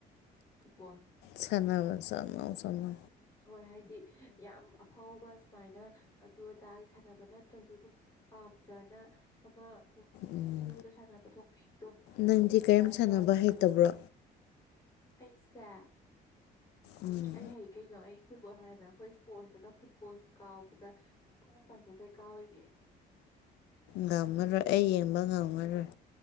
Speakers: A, on the left; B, on the left.
A: ꯐꯨꯠꯕꯣꯜ
B: ꯁꯅꯕ ꯁꯅꯣ ꯁꯅꯣ
A: ꯍꯣꯏ ꯍꯥꯏꯗꯤ ꯌꯥꯝ ꯐꯥꯎꯕ ꯁꯨꯃꯥꯏꯅ ꯑꯗꯨ ꯑꯗꯥꯒꯤ ꯁꯥꯟꯅꯕ ꯅꯠꯇ꯭ꯔꯁꯨ ꯑꯗꯨꯝ ꯄꯥꯝꯖꯅ ꯑꯃ ꯑꯗꯨꯝ
B: ꯎꯝ
A: ꯐꯤꯜꯗ ꯁꯥꯟꯅꯕ ꯊꯣꯛꯄꯤꯗꯣ
B: ꯅꯪꯗꯤ
A: ꯑꯗꯨꯃꯥꯏꯅ
B: ꯀꯔꯤꯝ ꯁꯥꯟꯅꯕ
A: ꯇꯧꯔꯝꯒꯅꯦꯕ
B: ꯍꯩꯇꯕ꯭ꯔꯣ
A: ꯑꯩꯁꯦ
B: ꯎꯝ
A: ꯑꯩ ꯍꯩ ꯀꯩꯅꯣ ꯑꯩ ꯐꯨꯠꯕꯣꯜ ꯍꯥꯟꯅ ꯑꯩꯈꯣꯏ ꯏꯁꯄꯣꯔꯠꯁꯇꯒ ꯐꯨꯠꯕꯣꯜ ꯀꯥꯎꯕꯗ ꯈꯨꯝꯎꯞ ꯄꯥꯏꯊꯣꯛꯈꯩ ꯀꯥꯎꯔꯤꯅꯦ
B: ꯅꯝꯃꯔꯣꯏ ꯑꯩ ꯌꯦꯡꯕ ꯉꯝꯃꯔꯣꯏ